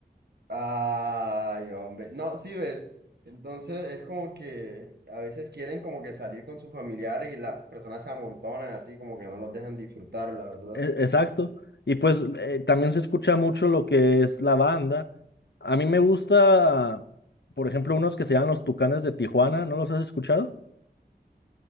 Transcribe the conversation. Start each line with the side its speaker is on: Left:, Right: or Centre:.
Right: Ay, hombre. No, sí ves. Entonces es como que a veces quieren como que salir con sus familiares y las personas se amontonan así como que no los dejan disfrutar, la verdad.
Left: E- Exacto. Y pues eh, también se escucha mucho lo que es la banda. A mí me gusta, por ejemplo, unos que se llaman los Tucanes de Tijuana. ¿No los has escuchado?